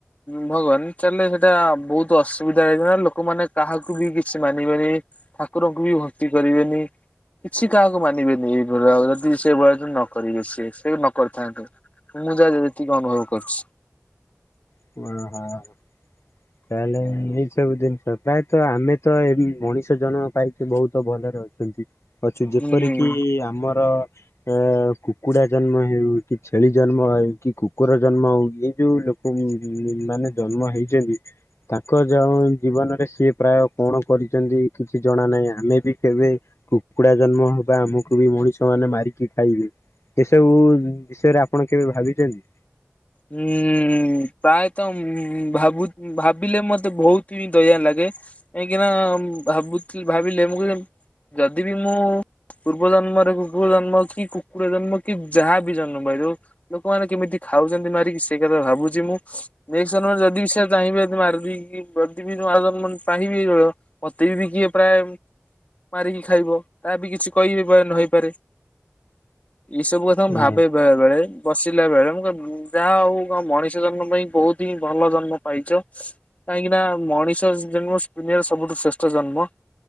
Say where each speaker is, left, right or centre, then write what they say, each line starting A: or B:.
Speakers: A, on the left; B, on the left.
A: ଭଗବାନ ତାହେଲେ ସେଟା ବହୁତ ଅସୁବିଧା ହେଇଥାନ୍ତା ଲୋକମାନେ କାହାକୁ ବି କିଛି ମାନିବେନି ଠାକୁରଙ୍କୁ ବି ଭକ୍ତି କରିବେନି। କିଛି କାହାକୁ ମାନିବେନି ଏଇ ଭଳିଆ ଯଦି ସେ ଭଳିଆଯଦି ନ କରିବେ ସିଏ ସେ ନ କରିଥାନ୍ତେ। ମୁଁ ଯା ଯେତିକି ଅନୁଭବ କରିଛି।
B: ହଁ। <inaudible>
A: <inaudible>
B: ତାହେଲେ ଏଇ ସବୁ ଜିନିଷ ପ୍ରାୟତଃ ଆମେ ତ ଏ ମଣିଷ ଜନ୍ମ ପାଇକି ବହୁତ ଭଲରେ ଅଛନ୍ତି। ଅଛୁ
A: ହୁଁ।
B: ଯେପରିକି ଆମର ଏ କୁକୁଡା ଜନ୍ମ ହେଉ କି ଛେଳି ଜନ୍ମ ହେଉ କି କୁକୁର ଜନ୍ମ ହଉ ଇଏ ଯୋଉ ଲୋ ଉଁ ମାନେ ଜନ୍ମ ହେଇଚନ୍ତି ତାଙ୍କ ଜ ଜୀବନରେ ସିଏ ପ୍ରାୟ କଣ କରିଚନ୍ତି କିଛି ଜଣା ନାହିଁ ଆମେ ବି କେବେ କୁକୁଡା ଜନ୍ମ ହବା ଆମକୁ ବି ମଣିଷ ମାନେ ମାରିକି ଖାଇବେ ଏସବୁ ବିଷୟରେ ଆପଣ କେବେ ଭାବିଛନ୍ତି?
A: ହୁଁ ପ୍ରାୟତଃ ଭାବୁ ଭାବିଲେ ମତେ ବହୁତ ହିଁ ଦୟା ଲାଗେ। କାହିଁକିନା ଭାବୁଥିଲ ଭାବିଲେ ମୁଁ ଯଦି ବିି ମୁଁ ପୂର୍ବ ଜନ୍ମରେ କୁକୁର ଜନ୍ମ କି କୁକୁଡ଼ା ଜନ୍ମ କି ଯାହା ବି ଜନମ ହେଉ ଲୋକମାନେ କେମିତି ଖାଉ ଚନ୍ତି ମାରିକି ସେଇ କଥା ଭାବୁଚି ମୁଁ ନେଷ୍ଟେ୍ ଜନ୍ମରେ ଯଦି ବି ସେ ଚାହିଁବେ ସେ ମାରିଦେଇକି ଯଦି ବି ନୂଆ ଜନ୍ ମନ୍ ପାହିବି ବୟ ମତେ ବି କିଏ ପ୍ରାୟ ମାରିକି ଖାଇବ ତା ବି କିଛି କହିବି ନ ହେଇପାରେ ଏସବୁ ତ
B: ହଁ
A: ଭାବେ ବେଳେ ବେଳେ ବସିଲା ବେଳେ ମୁଁ ଯା ହଉ ଅ ମଣିଷ ଜନ୍ମ ପାଇଁ ବହୁତ୍ ହିଁ ଭଲ ଜନ୍ମ ପାଇଚ। କାହିଁକି ନା ମଣିଷ ଜନ୍ମ ଦୁନିଆର ସବୁଠୁ ଶ୍ରେଷ୍ଠ ଜନ୍ମ।